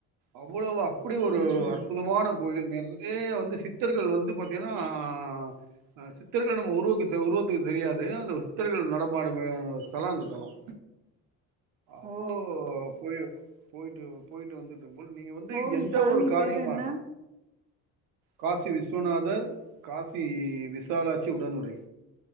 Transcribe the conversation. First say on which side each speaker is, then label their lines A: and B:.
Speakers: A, on the right; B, on the right.
A: அவ்ளோவா அப் அப்டி
B: ம்
A: ஒரு அற்புதமான கோயிலில் நெறைய வந்து சித்தர்கள் வந்து பாத்தீங்கனா ஆ சித் சித்தர்கள் நம்ம உருவகிட்ட உருவத்துக்கு தெரியாது அந்த சித்தர்கள் நடமாடும் ஸ்தலம் அந்த தலம்
B: ஓ
A: அப்போ போயி போயிட்டு போயிட்டு வந்து அது உங்களுக்கு நீங்க வந்து
B: கோவில்
A: எந்த
B: சாமி
A: ஒரு காரியமா
B: பேரு என்ன
A: காசி விஸ்வநாதர் காசி விஸ் விசாலாட்சி உடனுறை